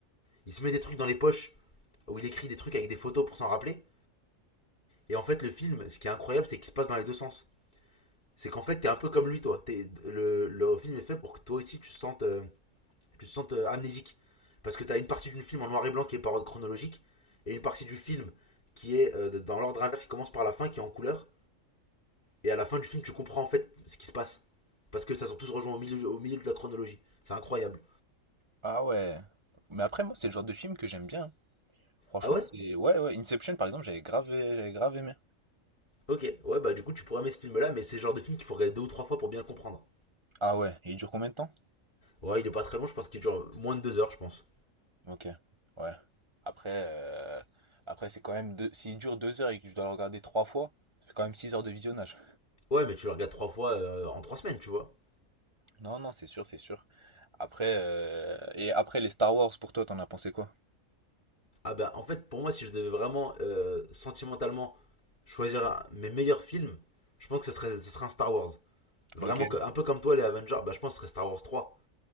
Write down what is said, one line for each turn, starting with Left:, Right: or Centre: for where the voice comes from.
Left: Il se met des trucs dans les poches où il écrit des trucs avec des photos pour s'en rappeler. Et en fait, le film, ce qui est incroyable, c'est qu'il se passe dans les deux sens. C'est qu'en fait, t'es un peu comme lui, toi. T'es- le, le film est fait pour que toi aussi, tu te sentes, euh, tu te sentes euh, amnésique. Parce que t'as une partie du film en noir et blanc qui est par ordre chronologique, et une partie du film qui est euh, dans l'ordre inverse, qui commence par la fin, qui est en couleur. Et à la fin du film, tu comprends en fait ce qui se passe. Parce que ça sont tous rejoints au milieu, au milieu de la chronologie. C'est incroyable.
Right: Ah ouais. Mais après, moi, c'est le genre de film que j'aime bien. Franchement,
Left: Ah ouais
Right: c'est. Ouais, ouais. Inception, par exemple, j'avais grave, j'avais grave aimé.
Left: Ok, ouais, bah du coup, tu pourrais aimer ce film-là, mais c'est le genre de film qu'il faut regarder deux ou trois fois pour bien le comprendre.
Right: Ah ouais. Et il dure combien de temps?
Left: Ouais, il est pas très long, je pense qu'il dure moins de deux heures, je pense.
Right: Ok, ouais. Après, euh, après c'est quand même deux... S'il dure deux heures et que je dois le regarder trois fois, ça fait quand même six heures de visionnage.
Left: Ouais, mais tu le regardes trois fois euh, en trois semaines, tu vois.
Right: Non, non, c'est sûr, c'est sûr. Après, euh, et après les Star Wars pour toi, t'en as pensé quoi?
Left: Ah bah en fait, pour moi, si je devais vraiment euh, sentimentalement choisir un- mes meilleurs films, je pense que ce serait, ce serait un Star Wars. Vraiment,
Right: Lequel?
Left: que- un peu comme toi, les Avengers, bah je pense que ce serait Star Wars 3,